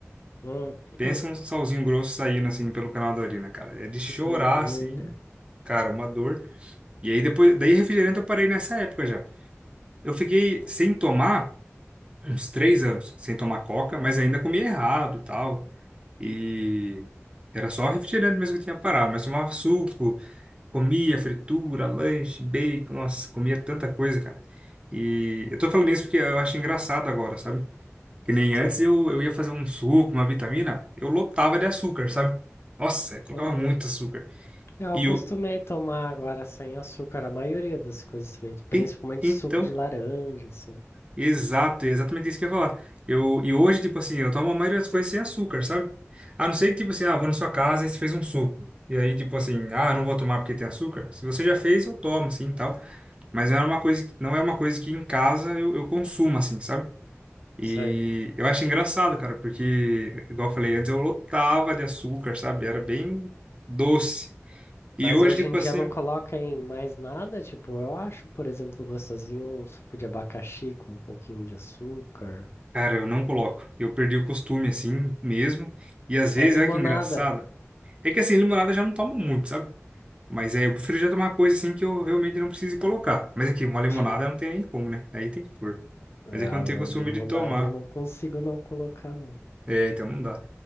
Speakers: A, on the left (about 60°); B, on the right (about 25°).
A: Hum, <laughs>
B: Pensa
A: hum,
B: um salzinho grosso saindo, assim, pelo canal da urina, cara. É de chorar,
A: que doideira.
B: assim. Cara, uma dor. E aí, depois... Daí, refrigerante eu parei nessa época já. Eu fiquei sem tomar uns três anos. Sem tomar coca, mas ainda comia errado, tal. E... Era só refrigerante mesmo que eu tinha parado. Mas tomava suco. Comia fritura, lanche, bacon, nossa, comia tanta coisa, cara. E eu tô falando isso porque eu acho engraçado agora, sabe? Que nem antes
A: Sim.
B: eu, eu ia fazer um suco, uma vitamina, eu lotava de açúcar, sabe? Nossa, eu colocava
A: Uhum.
B: muito açúcar.
A: Eu
B: E
A: acostumei
B: eu,
A: tomar agora sem açúcar a maioria das coisas também, principalmente
B: e- então,
A: suco de laranja, assim.
B: exato, é exatamente isso que eu ia falar. Eu, e hoje, tipo assim, eu tomo a maioria das coisas sem açúcar, sabe? A não ser que, tipo assim, ah, vou na sua casa e você fez um suco. E aí, tipo assim, ah, não vou tomar porque tem açúcar. Se você já fez, eu tomo, assim tal. Mas não é uma coisa, que- não é uma coisa que em casa eu, eu consumo, assim, sabe? E
A: Sim.
B: eu acho engraçado, cara, porque, igual eu falei antes, eu lotava de açúcar, sabe? Era bem doce. E
A: Mas
B: hoje,
A: hoje
B: tipo
A: em dia
B: assim,
A: não coloca em mais nada, tipo, eu acho, por exemplo, gostosinho um suco de abacaxi com um pouquinho de açúcar,
B: cara, eu não coloco. Eu perdi o costume, assim, mesmo. E às
A: até
B: vezes,
A: limonada.
B: olha que engraçado. É que assim, limonada eu já não tomo muito, sabe? Mas é, eu prefiro já tomar coisa assim que eu realmente não precise colocar. Mas aqui, uma limonada
A: <laughs>
B: não tem nem como, né? Aí tem que pôr.
A: É,
B: Mas é
A: a
B: que eu não tenho costume
A: limonada
B: de tomar.
A: eu não consigo não colocar, não.
B: É, então não dá.